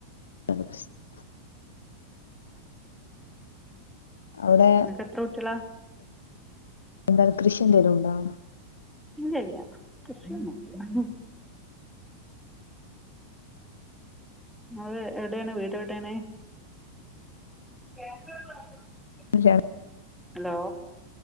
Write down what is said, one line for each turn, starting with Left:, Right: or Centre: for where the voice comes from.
Left: <unintelligible> അവിടെ
Centre: നിക്ക് എത്ര കുട്ടികളാ
Left: എന്താണ് കൃഷി എന്തേലും ഉണ്ടോ
Centre: ഇല്ലല്ല കൃഷിയൊന്നും ഇല്ല അത് എവിടെയാണ് വീട് എവിടെയാണ് കേ <unintelligible>
Left: <unintelligible>
Centre: ഹലോ